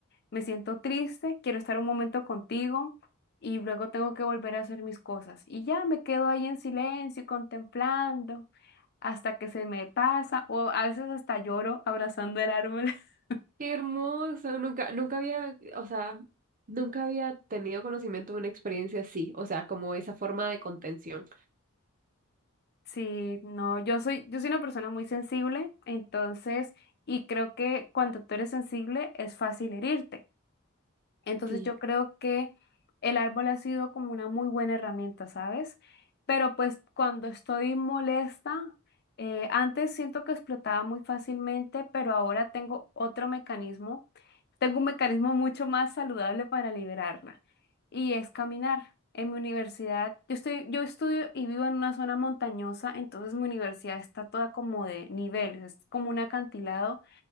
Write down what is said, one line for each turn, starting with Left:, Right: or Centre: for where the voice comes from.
Left: me siento triste, quiero estar un momento contigo y luego tengo que volver a hacer mis cosas. Y ya me quedo ahí en silencio y contemplando hasta que se me pasa o a veces hasta lloro abrazando el árbol. <laughs>
Right: Qué hermoso, nunca, nunca había, o sea, nunca había tenido conocimiento de una experiencia así, o sea, como esa forma de contención.
Left: Sí, no, yo soy, yo soy una persona muy sensible, entonces, y creo que cuando tú eres sensible es fácil herirte. Entonces
Right: Sí.
Left: yo creo que el árbol ha sido como una muy buena herramienta, ¿sabes? Pero pues cuando estoy molesta, eh, antes siento que explotaba muy fácilmente, pero ahora tengo otro mecanismo, tengo un mecanismo mucho más saludable para liberarla y es caminar. En mi universidad, yo estoy, yo estudio y vivo en una zona montañosa, entonces mi universidad está toda como de niveles, es como un acantilado